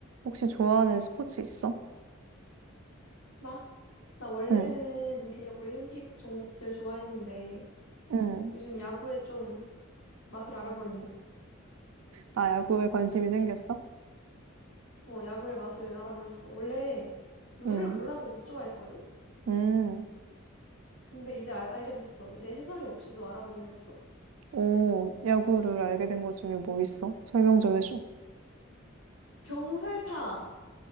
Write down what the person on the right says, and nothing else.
혹시 좋아하는 스포츠 있어?
응,
응.
아, 야구에 관심이 생겼어?
응,
응.
오, 야구를 알게 된 것 중에 뭐 있어? 설명 좀 해줘.